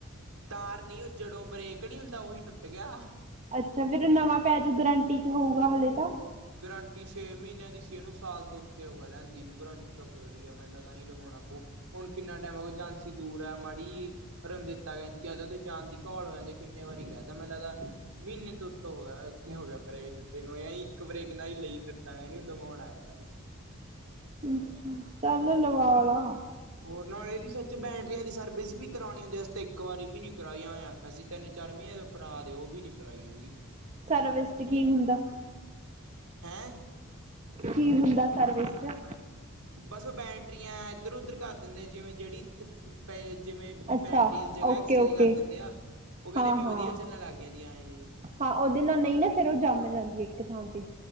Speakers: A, on the right; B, on the right.
A: ਤਾਰ ਨਈ ਓ ਜਦੋਂ ਬਰੇਕ ਨੀ ਹੁੰਦਾ ਓਹੀ ਟੁੱਟ ਗਿਆ।
B: ਅੱਛਾ ਫੇਰ ਨਵਾਂ ਪੈਜੂ ਗਰੰਟੀ ਚ ਹੋਊਗਾ ਹਲੇੇ ਤਾਂ।
A: ਗਰੰਟੀ ਛੇ ਮਹੀਨਿਆਂ ਦੀ ਸੀ, ਇਹਨੂੰ ਸਾਲ ਤੋਂ ਉੱਤੇ ਹੋ ਗਿਆ ਲੈਦ ਗਰੰਟੀ ਤਾਂ ਕੇੜੀ ਆ। ਮੈਂ ਤਾਂ ਨਵਾਂ ਹੀ ਲਵਾਉਣਾ ਪਊ ਹੁਣ ਕਿੰਨਾ ਟੇਮ‌ ਹੋ ਗਿਆ। ਝਾਂਸੀ ਦੂਰ ਏ ਮਾੜੀ ਰਮਦਤਾ ਕ ਜਾਣ ਦੀ ਘੌਲ ਹੋ ਜਾਂਦੀ ਕਿਨੇ ਵਾਰੀ ਕੇਹ ਤਾਂ ਮੈਨੂੰ ਲੱਗਦਾ ਮਹੀਨੇ ਤੋਂ ਉੱਤੋਂ ਹੋ ਗਿਆ। ਥੇ ਹੋ ਗਿਆ ਬ੍ਰਰੇਕ ਟੁੱਟੇ ਨੂੰ ਇੱਕ ਬ੍ਰੇਕ ਨਾਲ ਹੀ ਲਈ ਫਿਰਦਾ ਨੂੰ ਲਵਾਉਣ ਆਦਾ ਵੀ।
B: ਅੱਛਾ ਚੱਲ ਲਵਾਲਾ।
A: ਹੋਰ ਨਾਲ ਏਦੀ ਸੱਚ ਬੈਟਰੀਆਂ ਦੀ ਸਰਵਿਸ ਵੀ ਕਰਾਉਣੀ ਹੁੰਦੀ। ਅਸੀ ਤੇ ਏਕ ਵਾਰੀ ਵੀ ਨੀ ਕਰਵਾਈ ਆਆ। ਅਸੀਂ ਤਿੰਨ-ਚਾਰ ਮਹੀਨੇ ਦੇ ਕਰਰਾ ਦੇ ਓਵੀ ਨੀ ਕਰਾਈ ਹੈਗੀ।
B: ਸਰਵਿਸ ਵਿੱਚ ਕੀ ਹੁੰਦਾ?
A: ਹੈਂ।
B: ਕੀ ਹੁੰਦਾ ਸਰਵਿਸ 'ਚ।
A: ਬਸ ਓ ਬੈਟਰੀਆਂ ਏਧਰ ਉਧਰ ਕਰ ਦਿੰਦੇ ਜਿਵੇਂ ਜੇੜੀ ਪ ਪਏ ਜਿਵੇਂ ਬੈਟਰੀ
B: ਅੱਛਾ
A: ਦੀ ਜਗਾ
B: ਓਕੇ
A: ਐਕਸਚੇਂਜ
B: ਓਕੇ
A: ਕਰ ਦਿੰਦੇ ਆ। ਓ ਕੇਂਦੇ
B: ਹਾਂ
A: ਵੀ ਵਧੀਆ
B: ਹਾਂ
A: ਚੱਲਣ ਲੱਗ ਜਾਦੀਆਂ ਆਏ ਜੇ ਕੁਛ।
B: ਹਾਂ ਓਦੇ ਨਾਲ ਨਈ ਨਾ ਫੇਰ ਓ ਜੰਮ ਜਾਂਦੀ ਏ ਏਕ ਥਾਂ ਤੇ।